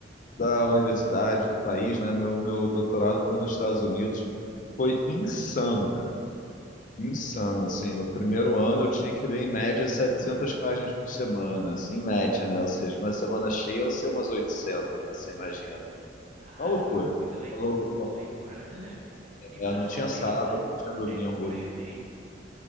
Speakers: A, on the left; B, on the right.
A: da universidade, do país, né? Meu, meu doutorado foi nos Estados Unidos. Foi insano, cara. insano, assim, no primeiro ano eu tinha que ler em média 700 páginas por semana, assim, em média, né, ou seja, uma semana cheia eu sei umas 800, né, você imagina.
B: Caramba,
A: É Uma loucura.
B: é muita leitura,
A: Uma lou-
B: muita
A: uma-
B: leitura. <laughs>
A: é,
B: E não é
A: não
B: só
A: tinha
B: ler,
A: sábado,
B: né?
A: não tinha domingo.
B: É compreender.